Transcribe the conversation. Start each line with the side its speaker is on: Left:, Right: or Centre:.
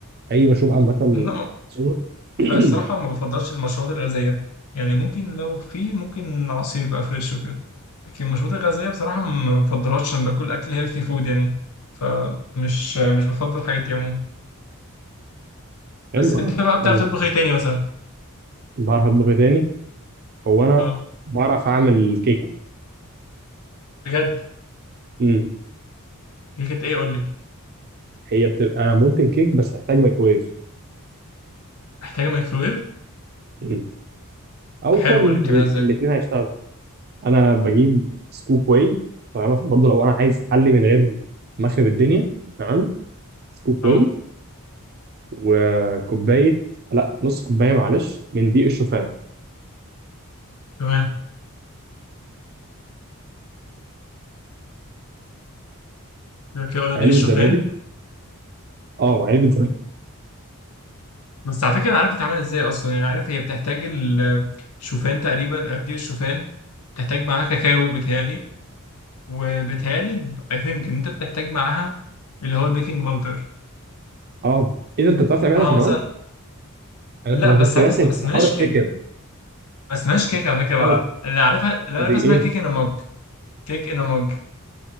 Right: اي مشروب عامه
Left: لا ما-
Right: صودا <clears throat>
Left: لا الصراحه ما بفضلش المشروبات الغازيه يعني ممكن لو في ممكن عصير بقى فريش وكده لكن المشروبات الغازيه بصراحه ما بفضلهاش عشان باكل اكل هيلثي فود يعني فمش مش بفضل الحاجات دي عموما
Right: حلو
Left: بس
Right: انا
Left: انت بقى بتعرف
Right: والله
Left: تطبخ ايه تاني مثلا
Right: بعرف اطبخ إيه تاني هو انا
Left: اه
Right: بعرف اعمل كيكه
Left: بجد
Right: مم.
Left: كيكه ايه قول لي
Right: هي بتبقى مولتن كيك بس تحتاج مايكرويف
Left: محتاجه مايكروويف
Right: مم. او
Left: طب حلو
Right: فرن
Left: قول لي بتعملها ازاي
Right: الاثنين هيشتغلوا انا بجيب سكوب واي تمام عشان برضه لو انا عايز احلي من غير مخرب الدنيا تمام سكوب
Left: اه
Right: واي وكوبايه لا نص كوبايه معلش من دقيق الشوفان
Left: تمام يبقى كده قلنا
Right: علبه
Left: دي الشوفان
Right: زبادي اه وعلبه زبادي
Left: بس على فكره انا عارف بتتعمل ازاي اصلا يعني عارف هي بتحتاج ال- الشوفان تقريبا آه، دي الشوفان بتحتاج معاها كاكاو بتهيالي وبتهيالي اي ثينك ان انت بتحتاج معاها اللي هو البيكنج باودر
Right: اه ايه ده انت بتعرف
Left: تحطها
Right: تعملها انت كمان
Left: مثلا
Right: انا
Left: لا
Right: أنا
Left: بس
Right: كنت
Left: عارف
Right: راسم
Left: اسم- ما
Right: كنت
Left: اسمهاش
Right: بحاول افتكر
Left: كيك ما اسمهاش كيك
Right: كنت
Left: على
Right: بحاول
Left: فكره بقى
Right: أفت-
Left: اللي عارفها اللي انا
Right: دي
Left: عارفها اسمها
Right: ايه
Left: كيك ان مج كيك ان مج